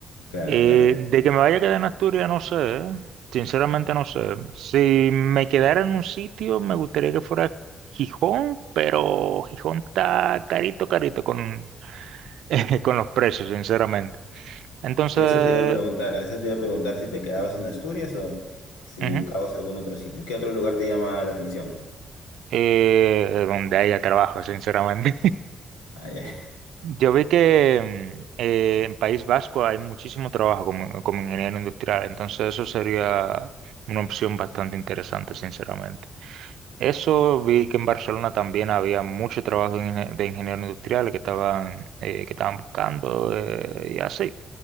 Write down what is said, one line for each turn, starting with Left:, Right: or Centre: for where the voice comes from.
Left: claro,
Right: Eh,
Left: claro.
Right: de que me vaya a quedar en Asturias, no sé, ¿eh? Sinceramente no sé. Si me quedara en un sitio, me gustaría que fuera Gijón, pero Gijón está carito, carito con, <laughs> con los precios, sinceramente. Entonces,
Left: Sí, eso te iba a preguntar, eso te iba a preguntar si te quedabas en Asturias o si
Right: ujú,
Left: buscabas algún otro sitio. ¿Qué otro lugar te llama la atención?
Right: eh, donde haya trabajo, sinceramente.
Left: Ah, ya.
Right: <laughs> Yo vi que mm, eh, en País Vasco hay muchísimo trabajo como, como ingeniero industrial, entonces eso sería una opción bastante interesante, sinceramente. Eso vi que en Barcelona también había mucho trabajo de ingen- de ingenieros industriales que estaban, eh, que estaban buscando eh, y así.